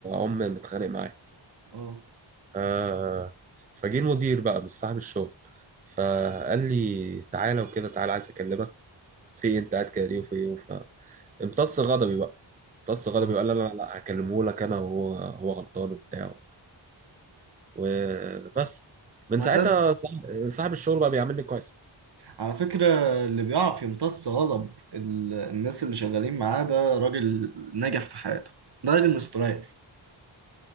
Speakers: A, on the right; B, on the right.
A: ام متخانق معايا
B: اه
A: آه فجه المدير بقى مش صاحب الشغل فقال لي تعالى وكده تعالى عايز اكلمك في إيه؟ انت قاعد كده ليه وفي ايه وف- امتص غضبي بقى امتص غضبي
B: آه.
A: وقال لا لا لا هكلمه لك انا وهو هو غلطان وبتاع وبس من
B: ما
A: ساعتها
B: ده
A: صاح- صاحب الشغل بقى بيعاملني كويس
B: على فكرة اللي بيعرف يمتص غضب ال- الناس اللي شغالين معاه ده راجل ناجح في حياته ده راجل مستريح